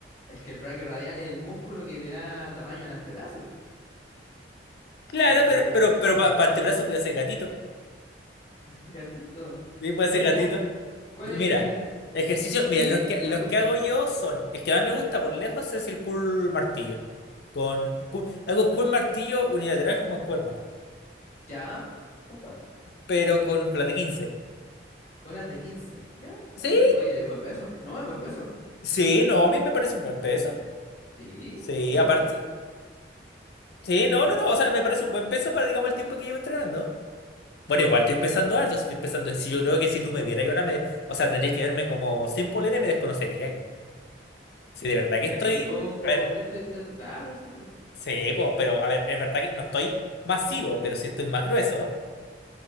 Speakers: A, on the left (about 15°); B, on the left (about 60°).
A: Es que el braquio radial es el músculo que le da tamaño al antebrazo.
B: Claro,
A: Entonces,
B: pero, pero, pero para antebrazo puede ser gatito.
A: <laughs> gatito.
B: Sí, puede
A: Oye,
B: ser gatito.
A: ya. ¿Cuál
B: Y
A: es
B: mira,
A: el
B: ejercicio,
A: de
B: mira,
A: bíceps
B: los que,
A: que
B: los
A: más te
B: que
A: gusta?
B: hago yo son, el que más me gusta por lejos es el curl martillo. Con, cur- hago curl martillo unilateral con mancuerna,
A: ¿Ya? ¿Con cuánto?
B: pero con, con la de 15.
A: Colas de 15. ¿Ya? Está
B: Sí,
A: bien. Oye, es buen peso. No, es buen peso.
B: sí, no, a mí me parece un buen peso.
A: Sí.
B: Sí,
A: No,
B: aparte,
A: no.
B: sí,
A: Dime.
B: no, no, no, o sea, me parece un buen peso para, digamos, el tiempo que llevo entrenando. Bueno, igual estoy pensando harto, si estoy pensando, si yo creo que si tú me vieras y ahora me, o sea, tendrías que verme como sin polera y me desconocerías. Si de verdad que estoy,
A: Es que tú,
B: a ver,
A: tú estuviste todo flaco, sí, pues.
B: sí, po, pero a ver, es verdad que no estoy masivo, pero sí estoy más grueso.